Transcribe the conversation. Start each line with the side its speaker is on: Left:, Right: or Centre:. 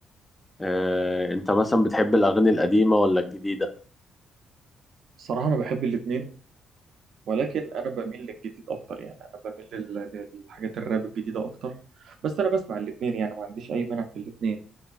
Left: اه انت مثلا بتحب الاغاني القديمه ولا الجديده
Right: الصراحه انا بحب الاثنين ولكن انا بميل للجديد اكتر يعني انا بميل لل- للحاجات الراب الجديده اكتر بس انا بسمع الاثنين يعني ما عنديش اي مانع في الاثنين